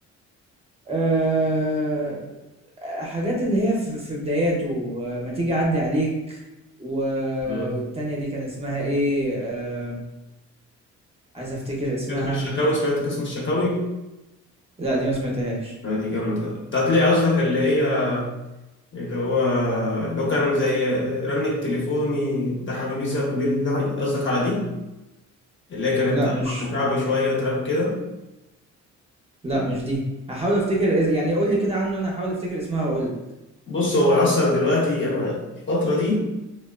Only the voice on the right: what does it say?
آه حاجات اللي هي في, في بداياته آه، ما تيجي اعدي عليك و...
والتانية دي كان اسمها ايه آه عايز افتكر اسمها
لا دي ما سمعتهاش
لا
مش
لأ مش دي، هاحاول أفتكر إز يعني قُل لي كده عنه وأنا هاحاول أفتكر اسمها وأقول لك.